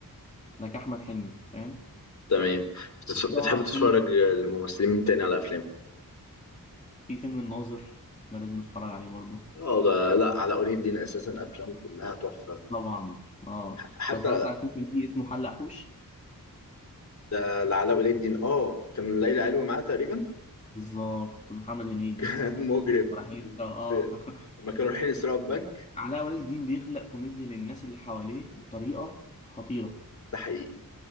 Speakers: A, on the left; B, on the left.
A: لك أحمد حلمي فاهم
B: تمام بتتف-
A: طبعا
B: بتحب تتفرج
A: فيلم
B: للممثلين مين تاني على أفلام؟
A: في فيلم الناظر ده لازم نتفرج عليه برضه
B: اه ده لا علاء ولي الدين اساسا افلامه كلها تحفه
A: طبعا اه
B: حتى
A: انت اتفرجت على فيلم ليه اسمه حلق حوش
B: ده لعلاء ولي الدين اه كان ليلى علوي معاه تقريبا
A: بالظبط محمد هنيدي
B: <laughs> مجرم
A: راح يسرى اه
B: في-
A: <laughs>
B: لما كانوا رايحين يسرقوا البنك
A: علاء ولي الدين بيخلق كوميديا للناس اللي حواليه بطريقة خطيرة
B: ده حقيقي